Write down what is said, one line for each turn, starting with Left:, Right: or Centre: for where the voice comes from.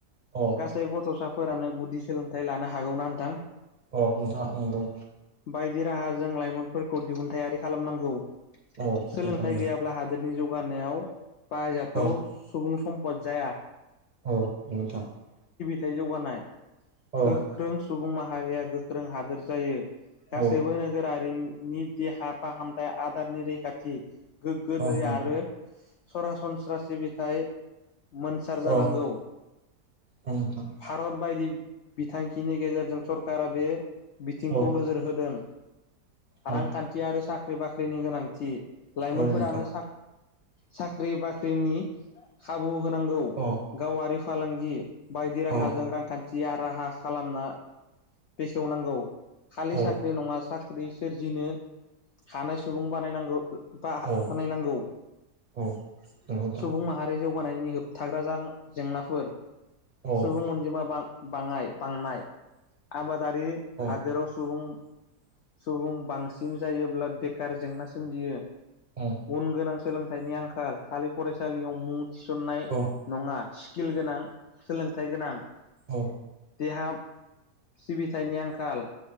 Right: औ
Left: गासै गथ'सा। फोरानो गुदि सोलोंथाइ लानो हागौना नोंथां।
Right: अ नोंथां नंद।
Left: बायदि राहाजों लाइमोनफोरखौ दिहुनथायारि खालामनांगौ।
Right: औ
Left: सोलोंथाइ
Right: नोंथां नंगौ
Left: गैयाब्ला हादोरनि जौगानायाव बाहायजाथाव
Right: औ
Left: सुबुं सम पद जाया
Right: औ नोंथां।
Left: फिथाइ जौगानाय
Right: औ
Left: गोख्रों सुबुं माहारिया गोख्रों हादोर जायो। गासैबो
Right: औ
Left: नोगोरारिनि देहा फाहामथाय आदारनि रैखाथि। गोग्गो
Right: औ
Left: दै
Right: नोंथां
Left: आरो सरासनस्रा सिबिथाय। मोनसार जानांगौ
Right: औ औ नोंथां
Left: भारत बायदि बिथांखिनि गेजेरजों सरकारा बे बिथिंखौ
Right: औ
Left: नोजोर होदों।
Right: औ
Left: रांखान्थि आरो साख्रि बाख्रिनि गोनांथि। लाइमोनफोरानो
Right: औ नोंथां
Left: साख्रि बाख्रिनि खाबु होनांगौ
Right: औ
Left: गावारि फालांगि बायदि राहाजों
Right: औ
Left: रांखान्थि राहा खालामना बेखेवनांगौ। खालि
Right: औ
Left: साख्रि नङा सा साख्रि सोरजिनो हानाय सुबुं बानायनांगौ। बानायनांगौ
Right: औ औ नंगौ नोंथां
Left: सुबुं माहारिजों जौगानायनि होबथाग्रा जेंनाफोर
Right: औ
Left: सुबुं अनजिमा बां बाङाय बांनाय आबादारि
Right: औ
Left: हादोराव सुबुं सुबुं बांसिन जायोब्ला बेखार जेंना सोमजियो।
Right: औ
Left: उन गोनां सोलोंथाइनि आंखाल। खालि फरायसालियाव मुं थिसननाय
Right: औ
Left: नङा। स्किल गोनां सोलोंथाइ गोनां।
Right: औ।
Left: देहा सिबिथायनि आंखाल,